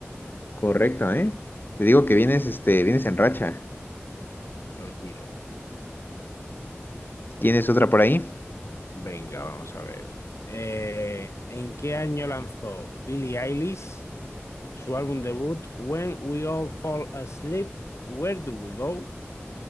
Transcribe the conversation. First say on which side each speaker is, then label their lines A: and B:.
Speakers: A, on the left; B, on the left.
A: Correcto, ¿eh? Te digo que vienes, este, vienes en racha.
B: Lo tiro.
A: ¿Tienes otra por ahí?
B: Venga, vamos a ver. Eh, ¿en qué año lanzó Billie Eilish su álbum debut When We All Fall Asleep, Where Do We Go?